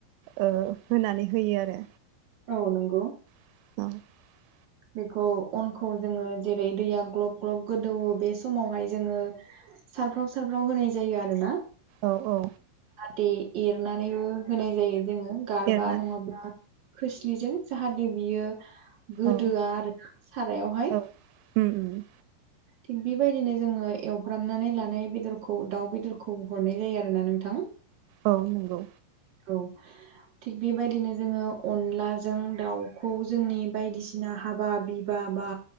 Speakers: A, on the right (about 85°); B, on the right (about 30°).
A: ओ होनानै होयो आरो
B: औ नंगौ
A: <inaudible>
B: बेखौ अनखौ जोङो जेरै दैया ग्लब ग्लब गोदौवो बे समावहाय जोङो सारफ्राव सारफ्राव होनाय जायो आरोना
A: औ औ
B: दे एरनानैबो होनाय जायो जोङो गारबा
A: एरना
B: नङाब्ला खोस्लिजों जाहाथे बियो
A: औ
B: दोआ आरोना सारायावहाय
A: औ उम
B: थिग बेबायदिनो जोङो एवफ्रामनानै लानाय बेदरखौ दाउ बेदरखौ हरनाय जायो आरोना नोंथां।
A: औ नंगौ।
B: औ। थिग बेबायदिनो जोङो अनलाजों दाउखौ जोंनि बायदिसिना हाबा बिबा हाबा